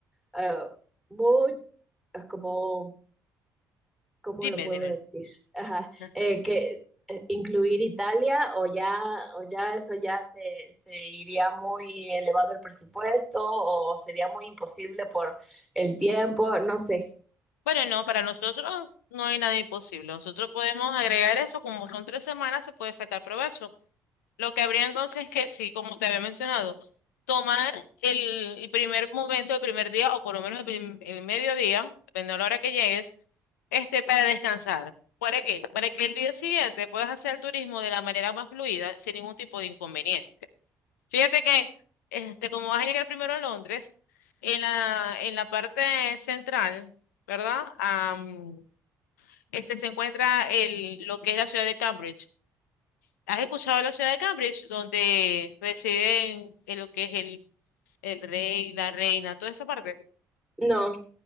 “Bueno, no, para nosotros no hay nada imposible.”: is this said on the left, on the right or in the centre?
Left